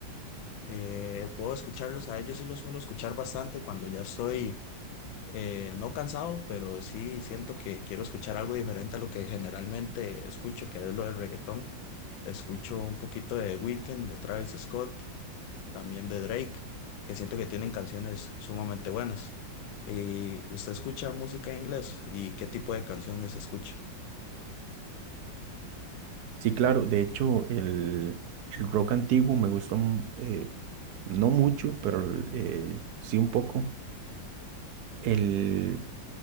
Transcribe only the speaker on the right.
Sí, claro, de hecho, el, el rock antiguo me gustó, mu- eh, no mucho, pero eh, sí un poco. El,